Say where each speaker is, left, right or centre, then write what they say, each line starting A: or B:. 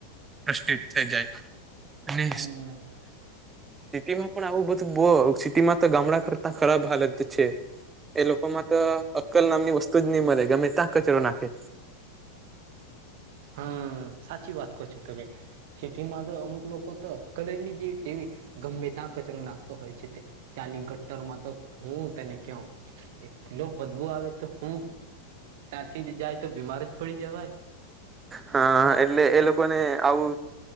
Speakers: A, on the right; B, on the right.
A: પ્રશિત થઈ જાય અને
B: હમ
A: સિટીમાં પણ આવું બધું બ સિટીમાં તો ગામડા કરતા ખરાબ હાલત છે એ લોકોમાં તો અક્કલ નામની વસ્તુ જ નહી મળે ગમે ત્યાં કચરો નાખે
B: હમ સાચી વાત કર છો તમે સટીમાંધ અમુક લોકોક હતો તો કલેર ની જેવી તેવી ગમે ત્યાં કચરો નાખતો હોય છે ત્યાંની ગટ્ટરમાં તો હું તેને કહ એક કિલો બદબું આવે તો હું ધ જાય તો બીમાર જ પડી જવાય
A: હા એટલે એ લોકોને આવું